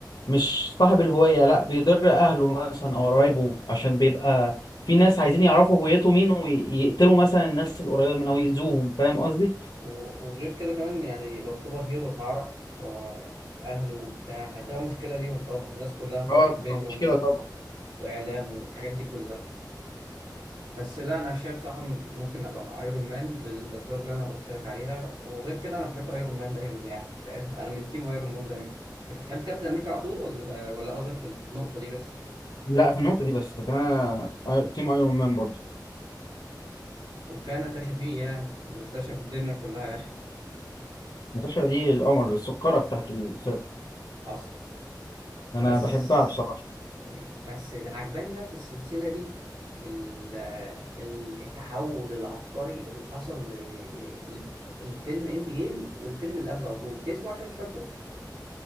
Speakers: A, on the left; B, on the right.
A: مش صاحب الهوية لا بيضر اهله مثلا او قرايبه عشان بيبقى في ناس عايزين يعرفوا هويته مين ويقتلوا مثلا الناس القريبة منه او يأذوهم فاهم قصدي؟
B: و- وغير كده كمان يعني لو سوبر هيرو اتعرف آه، أهله وبتاع هتبقى مشكلة ليهم طبعا الناس كلها هتقرب
A: اه تبقى
B: منهم
A: مشكلة طبعا
B: وإعلام والحاجات دي كلها بس لا أنا شايف صراحة إن كنت ممكن أبقى مع أيرون مان للأسباب اللي أنا قلت لك عليها وغير كده أنا بحب أيرون مان دايما يعني فاهم أنا من تيم أيرون مان دايما أنت بتحب كابتن أمريكا على طول ولا ولا قصدك في النقطة دي بس؟
A: لا في النقطة دي بس لكن انا أي- تيم ايرون مان برضه
B: وكفايه نتاشا فيه يعني نتاشا بالدنيا كلها يا اخي
A: ناتاشا دي القمر السكرة بتاعت الفرق
B: حصل
A: انا
B: بس
A: بحبها بصراحة
B: أيوة. بس عجباني بقى في السلسله دي ال- ال- التحول العبقري اللي حصل ل- ل- لفيلم اند جيم والفيلم اللي قبله على طول اسمه عشان مش فاكره